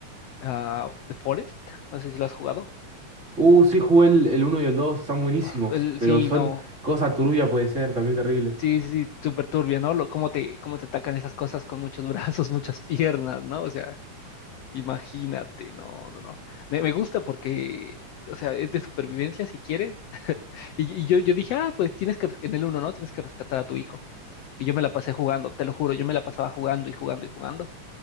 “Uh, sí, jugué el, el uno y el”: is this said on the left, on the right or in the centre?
Right